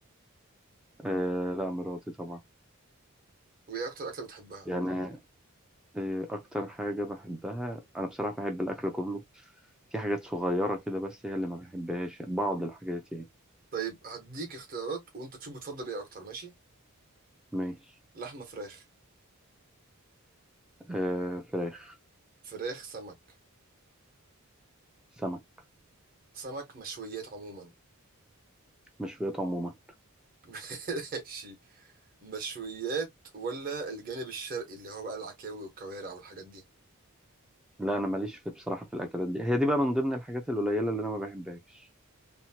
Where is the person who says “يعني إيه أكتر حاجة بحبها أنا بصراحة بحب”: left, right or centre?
Centre